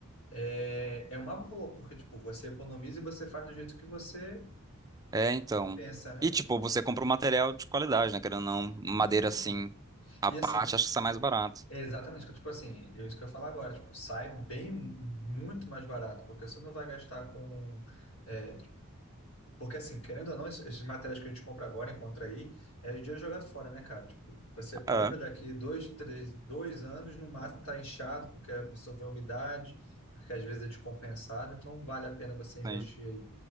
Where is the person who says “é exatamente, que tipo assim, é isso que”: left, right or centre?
Left